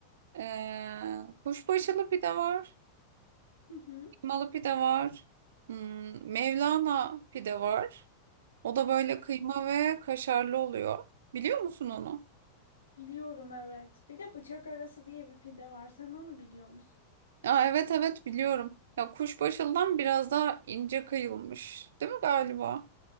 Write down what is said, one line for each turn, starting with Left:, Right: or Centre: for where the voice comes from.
Right: Ee, kuşbaşılı pide var.
Left: Hı hı.
Right: Kıymalı pide var. Hmm, Mevlana pide var. O da böyle kıyma ve kaşarlı oluyor. Biliyor musun onu?
Left: Biliyorum evet. Bir de bıçak arası diye bir pide var. Sen onu biliyor musun?
Right: Aa, evet evet biliyorum. Ya kuşbaşılıdan biraz daha ince kıyılmış. Değil mi galiba?